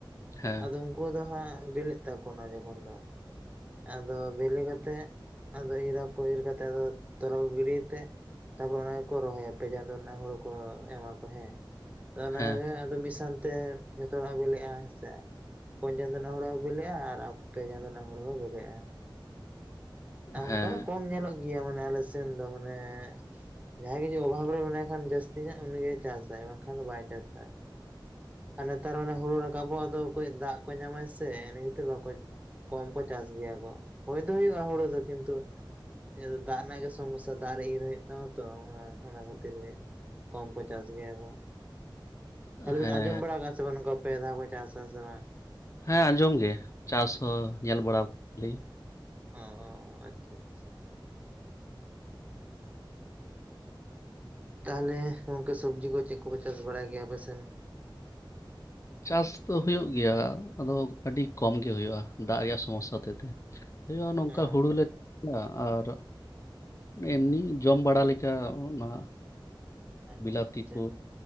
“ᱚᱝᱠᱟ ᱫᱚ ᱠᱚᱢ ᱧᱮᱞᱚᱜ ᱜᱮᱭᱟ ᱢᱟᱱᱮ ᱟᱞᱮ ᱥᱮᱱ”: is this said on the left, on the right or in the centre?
Right